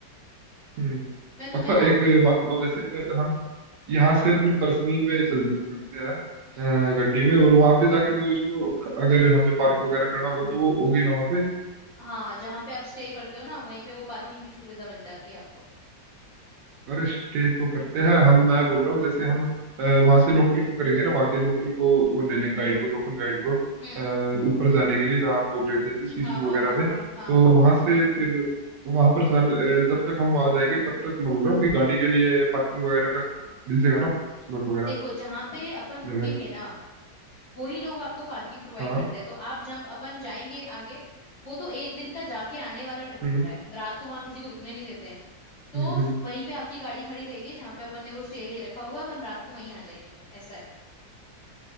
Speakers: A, on the right; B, on the left.
A: हम्म
B: मैं तुम्हें
A: अच्छा
B: ना
A: एक बात बताओ जैसे हम
B: पूछो
A: यहाँ
B: पूछो
A: से अपनी पर्सनल में चल पड़ते हैं
B: हम्म
A: अ, गड्डी में और वहां पे जाके मतलब उसको अगर हमने पार्क वगैरह करना होगा तो वो होगी ना वहाँ पे
B: हाँ जहां पे आप स्टे करते हो ना वहीं पे वो पार्किंग की सुविधा मिल जाती है आपको
A: अरे स्टे तो करते हैं हम मैं बोल रहा हूँ जैसे हम वहां से लोकल को करेंगे ना वहाँ के लोकल को वो ले लेंगे गाइड को लोकल गाइड को अ,
B: हम्म
A: ऊपर जाने के लिए जहाँ आप बोल रहे थे अभी सीसू
B: हाँ हाँ
A: वगैरह
B: हाँ
A: में
B: हाँ
A: तो
B: हाँ
A: वहां से फिर वहां पर जान अ, जब तक हम वहां जाएंगे तब तक मैं बोल रहा हूँ कि गाड़ी के लिए पार्किंग वगैरह का मिल जाएगा ना स्लॉट वगैरह
B: देखो जहां पे अपन रुकेंगे
A: जगह
B: ना वही लोग आपको पार्किंग प्रोवाइड
A: हाँ
B: करते हैं तो आप जब अपन जाएंगे आगे वो तो एक दिन का जाके आने वाला ट्रिप
A: हम्म
B: होता है रात को वहां किसी को रुकने नहीं देते हैं तो
A: हम्म हम्म,
B: स- वहीं पे आपकी गाड़ी खड़ी रहेगी जहाँ पे अपन ने वो स्टे ले रखा होगा अपन रात को वहीं आ जाएंगे फिर ऐसा है